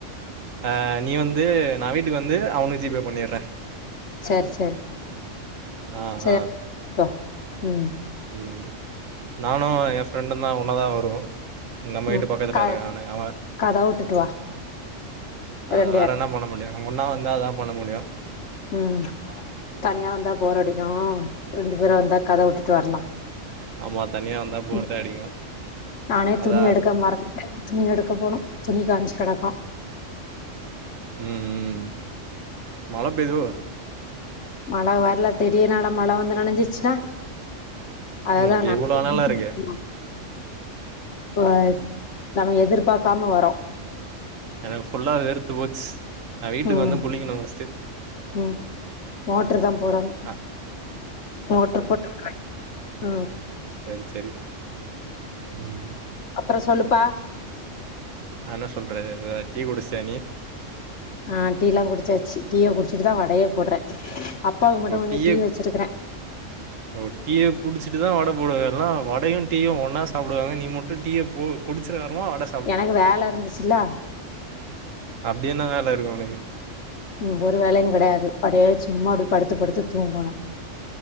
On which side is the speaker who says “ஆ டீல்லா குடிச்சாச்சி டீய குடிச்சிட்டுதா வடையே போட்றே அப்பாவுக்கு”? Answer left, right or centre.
Left